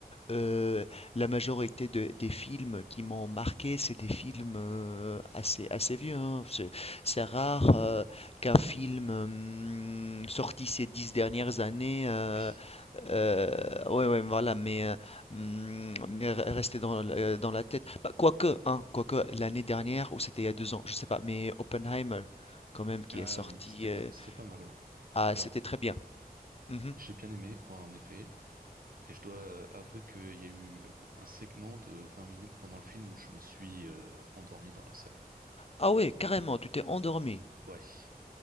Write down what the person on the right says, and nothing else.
Oui.
Ah
oui, c'était pas
c'était pas mal, ouais.
Alors,
j'ai bien aimé en effet, mais je dois euh, avouer qu'il y a eu euh, un segment de 20 minutes pendant le film où je me suis euh, endormi dans la salle.
Ouais.